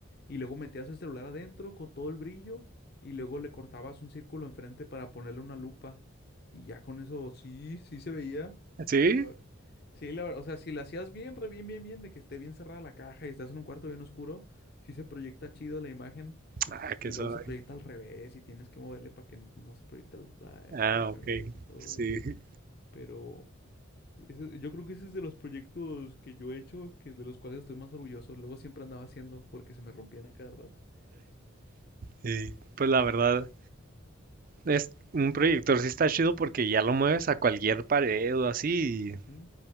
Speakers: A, on the left; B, on the right.
A: y luego metías el celular adentro con todo el brillo y luego le cortabas un círculo enfrente para ponerle una lupa y ya con eso sí, sí se veía.
B: ¿Sí?
A: la verdad. Sí, la verdad, o sea, si la hacías bien, re bien, bien, bien, de que esté bien cerrada la caja y estás en un cuarto bien oscuro, sí se proyecta chido la imagen
B: Ah, qué
A: y
B: suave.
A: luego se proyecta al revés y tienes que moverle para que no se proyecte al-
B: Ah,
A: hasta al revés
B: ok.
A: y todo,
B: Sí,
A: y- pero... Ese- yo creo que ese es de los proyectos que yo he hecho, que de los cuales estoy más orgulloso. Luego siempre andaba haciendo porque se me rompían a cada rato.
B: sí. Pues la verdad, es un proyector sí está chido porque ya lo mueves a cualquier pared o así y
A: Ujú.